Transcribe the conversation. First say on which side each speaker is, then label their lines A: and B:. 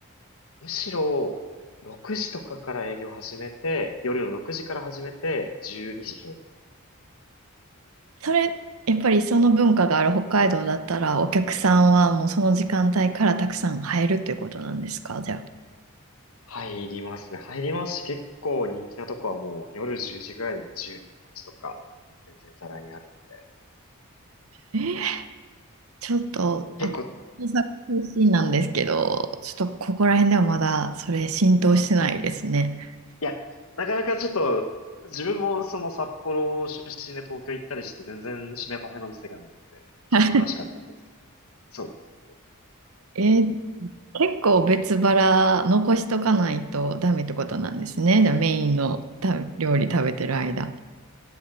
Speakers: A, on the left (about 70°); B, on the right (about 75°).
A: むしろ、6時とかから営業始めて、夜の6時から始めて、12時閉店。
B: それ、やっぱりその文化がある北海道だったら、お客さんはもうその時間帯からたくさん入るということなんですかじゃあ。
A: 入りますね。入りますし、結構人気なとこはもう夜10時ぐらいで20人待ちとか、全然ざらにあるので。
B: えーちょっと、
A: 結構、
B: 私大阪出身なんですけど、ちょっとここら辺ではまだそれ浸透してないですね。
A: いや、なかなかちょっと、自分もその札幌出身で東京行ったりして全然締めパフェの店がなくて、ちょっと悲しかったんですけど。
B: <laughs>
A: そうです。
B: えー結構別腹残しとかないとダメってことなんですね。じゃあメインのた料理食べてる間。